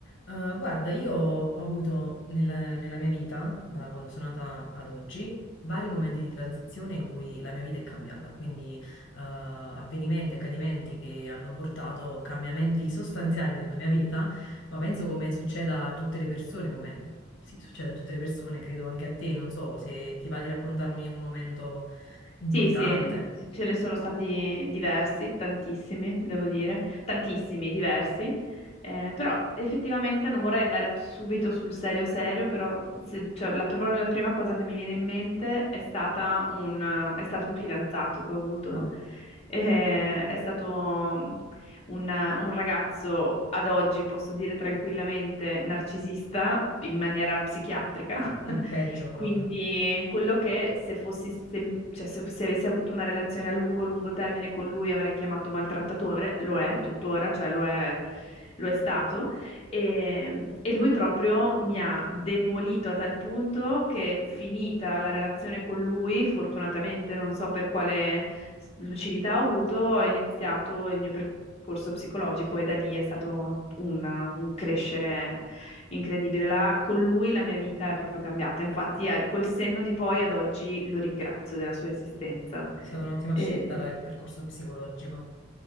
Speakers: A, on the left (about 65°); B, on the left (about 30°).
A: Eh, guarda, io ho avuto nella, nella mia vita, da quando sono nata ad oggi, vari momenti di transizione in cui la mia vita è cambiata, quindi eh, avvenimenti, accadimenti che hanno portato cambiamenti sostanziali nella mia vita, ma penso come succeda a tutte le persone, come sì, succede a tutte le persone, credo anche a te, non so se ti va di raccontarmi un momento importante,
B: Sì, sì, ce ne sono stati diversi, tantissimi, devo dire, tantissimi, diversi, Eh, però effettivamente non vorrei andare subito sul serio serio, però se- cioè, la, proprio la prima cosa che mi viene in mente è stata un, è stato un fidanzato che ho avuto,
A: ah,
B: Eh, è stato un, un ragazzo ad oggi, posso dire tranquillamente, narcisista in maniera psichiatrica.
A: il
B: <laughs>
A: peggio proprio.
B: Quindi quello che se fossi, se, cioè, se- se avessi avuto una relazione a lungo, lungo termine con lui avrei chiamato maltrattatore, lo è tuttora, cioè lo è, lo è stato. E, e lui proprio mi ha demolito a tal punto che finita la relazione con lui, fortunatamente non so per quale s- lucidità ho avuto, ho iniziato il mio percorso psicologico e da lì è stato una- un crescere incredibile. La- con lui la mia vita è proprio cambiata, infatti eh, col senno di poi ad oggi lo ringrazio della sua esistenza.
A: È stata un'ottima
B: E-
A: scelta la- il percorso psicologico.